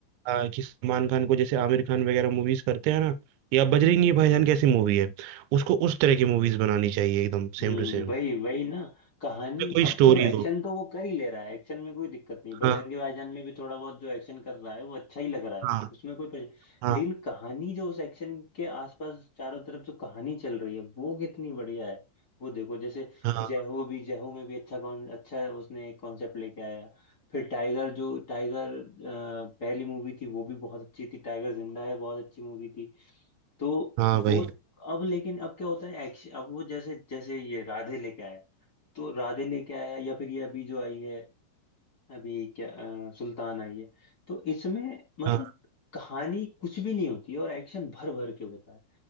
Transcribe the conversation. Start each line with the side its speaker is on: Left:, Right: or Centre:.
Right: आ, कि सलमान खान को जैसे आमिर खान वगैरह मूवीज करते हैं ना या बजरंगी भाईजान कैसी मूवी है उसको उस तरह की मूवीज बनानी चाहिए एकदम
Left: हम्म
Right: सेम टू सेम
Left: वही वही ना कहानी
Right: कोई
Left: अब
Right: स्टोरी
Left: देखो एक्शन
Right: हो
Left: तो वो कर ही ले रहा है एक्शन में कोई दिक्कत नहीं बजरंगी
Right: हाँ
Left: भाईजान में भी थोड़ा बहुत जो एक्शन कर रहा है वो अच्छा ही लग रहा है
Right: हाँ
Left: उसमें कोई परेश-
Right: हाँ
Left: लेकिन कहानी जो उस एक्शन के आसपास चारों तरफ जो कहानी चल रही है वो कितनी बढ़िया है वो देखो जैसे
Right: हाँ
Left: जय हो भी जय हो में भी अच्छा कौन अच्छा उसने कॉन्सेप्ट लेके आया फिर टाइगर जो टाइगर अ, पहली मूवी थी वो भी बहुत अच्छी थी टाइगर जिंदा है बहुत अच्छी मूवी थी तो
Right: हाँ भाई
Left: वो अब लेकिन अब क्या होता है एक्शन अब वो जैसे जैसे ये राधे लेके आया तो राधे लेके आया या फिर ये अभी जो आई है अभी क्या अ, सुल्तान आई है तो इसमें मतलब
Right: हाँ।
Left: कहानी कुछ भी नहीं होती है और एक्शन भर भर के होता है